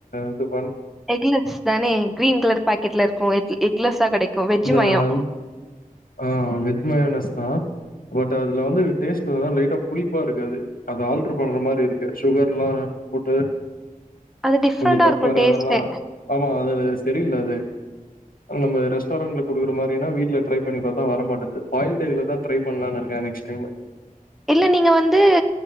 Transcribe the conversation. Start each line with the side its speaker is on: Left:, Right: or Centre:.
Left: இது பண்
Centre: எக்குலெஸ் தானே கிரீன் கலர் பாக்கெட்ல இருக்கு எக் எக்லெஸ்ஸா கெடைக்கு வெஜ்
Left: இந்த
Centre: மயம்.
Left: ஆள் ஆ வெஜ் மயனஸ் பட் அதுல வந்து டேஸ்ட் தா லைட்டா புளிப்பா இருக் அது அது ஆல்டர் பண்ற மாரி இருக்கு சுகர்ல்லா போட்டு
Centre: அது டிஃப்ரெண்டா
Left: கொஞ்சோ பெப்பரு
Centre: இருக்கு டேஸ்ட்டே.
Left: அதெல்லா ஆமா அது அது செரியில்ல அது நம்ப ரெஸ்டாரன்ட்ல குடுக்குற மாரினா வீட்ல ட்ரை பண்ணிபாத்தா வர மட்டேங்குது பாயில் டாய்ல தா ட்ரை பண்ணலானு இருக்கே நெக்ஸ்ட் டைம்மு
Centre: இல்ல நீங்க வந்து